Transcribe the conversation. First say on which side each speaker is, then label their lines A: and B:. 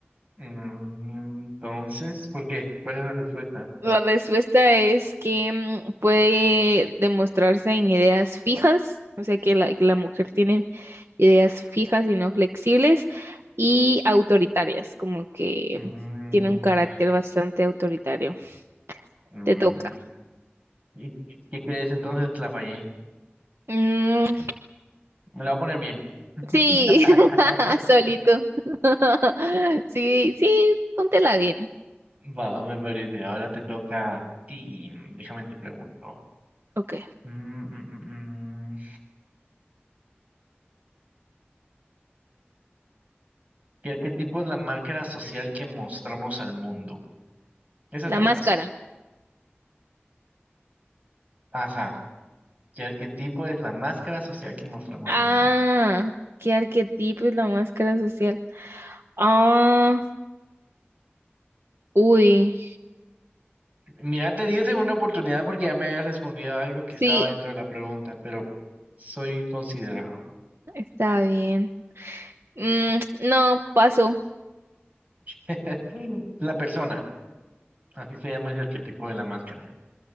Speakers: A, on the right (about 35°); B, on the right (about 75°).
A: Mm, Entonces, ¿por qué? ¿Cuál es la respuesta?
B: La respuesta es que mm, puede demostrarse en ideas fijas, o sea que la, que la mujer tiene ideas fijas y no flexibles, y autoritarias, como que
A: Mm,
B: tiene un carácter
A: ya.
B: bastante autoritario.
A: Mm,
B: Te toca.
A: ¿y y qué crees entonces? La fallé.
B: Mm,
A: Me la voy a poner bien.
B: sí,
A: <laughs>
B: <laughs> solito. <laughs> Sí, sí, póntela bien.
A: Va, me parece. Ahora te toca a ti. Déjame te pregunto.
B: Ok.
A: Mm, mm, mm, mm. ¿Qué arquetipo es la máscara social que mostramos al mundo? Esa
B: La
A: está
B: máscara.
A: fácil. Ajá. ¿Qué arquetipo es la máscara social que mostramos
B: Ah,
A: al mundo?
B: qué arquetipo es la máscara social. Ah, uy,
A: Mira, te di esa segunda oportunidad porque ya me habías respondido algo que
B: sí,
A: estaba dentro de la pregunta, pero soy considerado.
B: está bien. Mm, no, paso.
A: <laughs> La persona. Así se llama ese arquetipo de la máscara.